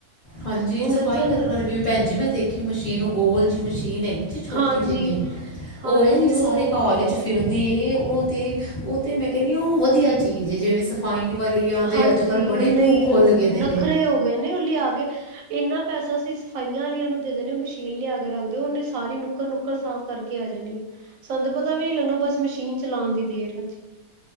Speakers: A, on the left; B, on the right.
A: ਹਾਂਜੀ
B: ਹੁਣ
A: ਸਫ਼ਾਈ
B: ਬੱਚਿਆਂ
A: ਕਰਨ
B: ਨੂੰ
A: ਵਾਲੇ ਵੀ ਭੈਣ ਜੀ ਮੈਂ ਦੇਖੀ ਮਸ਼ੀਨ ਉਹ ਗੋਲ ਜੀ ਮਸ਼ੀਨ ਚੀਨ ਹੈਗੀ ਜ ਛੋਟੀ
B: ਹਾਂਜੀ
A: ਜਿੰਨੀ ਉਹ
B: ਹਾਂਜੀ
A: ਹੈ
B: ਉਹ
A: ਸਾਰੇ ਘਰ ਚ ਫਿਰਦੀ ਦੀ ਉਹ ਤਾਂ ਉਹ ਤਾਂ ਮੈਂ ਕਹਿੰਦੀ ਹਾਂ, ਉਹ ਵਧੀਆ ਚੀਜ਼ ਹੈ ਜਿਵੇਂ ਸਫਾਈ ਸਫਾਈ ਵਾਲੀਆਂ, ਦੇ
B: ਹਾਂਜੀ
A: ਅੱਜ -ਕੱਲ੍ਹ ਬੜੇ
B: ਨਹੀਂ
A: ਮੂੰਹ ਖੁੱਲ ਗੇ ਦੇ
B: ਨਖਰੇ
A: ਨੇ।
B: ਹੋ ਗਏ ਨੇ ਉਹ ਲਿਆ ਕੇ ਇੰਨਾ ਪੈਸਾ ਅਸੀਂ ਸਫਾਈਆਂ ਵਾਲੀਆਂ ਨੂੰ ਦੇ ਦਿੰਦੇ ਆ, ਮਸ਼ੀਨ ਲਿਆ ਕੇ ਰੱਖਦੇ ਹੋ ਉਹਨੇ ਸਾਰੀ ਨੁੱਕਰ -ਨੁੱਕਰ, ਸਾਫ਼ ਕਰਕੇ ਆ ਜਾਣੀ ਹੈ। ਸਾਨੂੰ ਤਾਂ ਪਤਾ ਵੀ ਨੀ ਲੱਗਣਾ, ਬਸ ਮਸ਼ੀਨ ਚਲਾਉਣ ਦੀ ਦੇਰ ਹੈ ਜੀ।